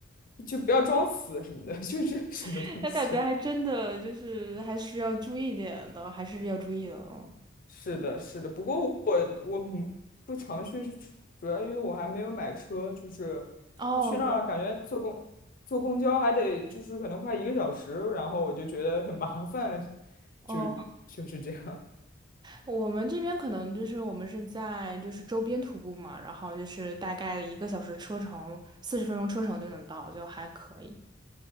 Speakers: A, on the left; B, on the right.
A: 就不要装死什么的，<laughs> 就是什么东西。
B: <laughs>，那感觉还真的就是还是要注意点的，还是要注意的。嗯
A: 是的，是的。不过我我嗯不常去，是主要因为我还没有买车，就是
B: 哦，
A: 我去那儿感觉坐公坐公交还得就是可能快一个小时，
B: 对，
A: 然后我就觉得很麻烦，
B: 哦。
A: 就就是这样。
B: 我们这边可能就是我们是在就是周边徒步嘛，然后就是大概一个小时车程，四十分钟车程就能到，就还可以。